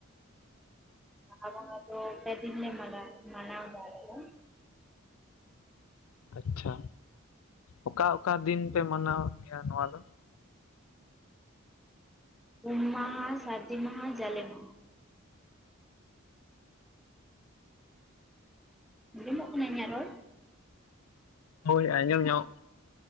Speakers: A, in the centre; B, on the left (about 75°).
A: ᱵᱟᱦᱟ ᱵᱚᱸᱜᱟ ᱫᱚ ᱯᱮ ᱫᱤᱱ ᱞᱮ ᱢᱟᱱᱟᱣ ᱢᱟᱱᱟᱣ ᱮᱫᱟ ᱟᱞᱮ ᱫᱚ᱾
B: ᱟᱪᱪᱷᱟ ᱚᱠᱟ ᱚᱠᱟ ᱫᱤᱱ ᱯᱮ ᱢᱟᱱᱟᱣᱮᱫ ᱜᱮᱭᱟ ᱱᱚᱣᱟ ᱫᱚ?
A: ᱩᱢ ᱢᱟᱦᱟ, ᱥᱟᱹᱨᱫᱤ ᱢᱟᱦᱟ, ᱡᱟᱞᱮ ᱢᱟᱦᱟ᱾ ᱟᱸᱡᱚᱢᱚᱜ ᱠᱟᱱᱟ ᱤᱧᱟᱹᱜ ᱨᱚᱲ?
B: ᱦᱳᱭ ᱟᱸᱡᱚᱢ ᱧᱚᱜ